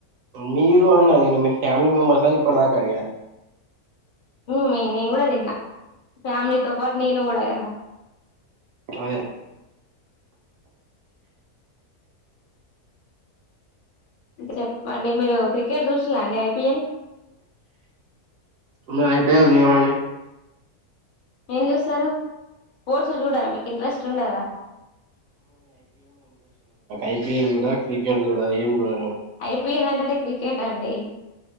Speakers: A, on the right; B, on the left.
A: మీరు అన్న నేను మీ ఫ్యామిలీ మెంబర్స్ అని ఇప్పుటిదాకా అడిగా.
B: ఉమ్ మే నేను గుడ తిన్నా ఫ్యామిలీతో పాటు నేను గుడా కదా.
A: అదే
B: చెప్పండి మీరు క్రికెట్ చూసిల్లా అండి ఐ పీ ఎల్?
A: నేను ఐ పీ ఎల్ చూడనండి.
B: ఏం చూస్తారు? స్పోర్ట్స్ చూడరా మీకు ఇంట్రెస్ట్ ఉండదా?
A: ఐ పీ ఎల్ జూడ, క్రికెట్ జూడా ఏం చూడ నేను.
B: ఐ పీ ఎల్ అంటేనే క్రికెట్ అండి.